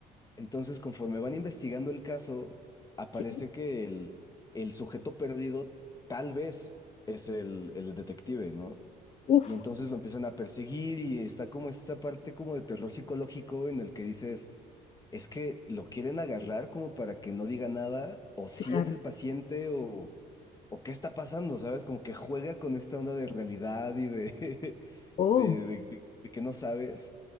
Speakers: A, on the left (about 20°); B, on the left (about 40°).
A: entonces conforme van investigando el caso, aparece
B: sí,
A: que el, el sujeto perdido tal vez es el, el detective, ¿no?
B: uf,
A: Y entonces lo empiezan a perseguir y está como esta parte como de terror psicológico en el que dices, es que lo quieren agarrar como para que no diga nada, o si
B: claro,
A: es el paciente, o, o qué está pasando, ¿sabes? Como que juega con esta onda de realidad y de, <laughs>
B: oh,
A: de, de- de- de que no sabes.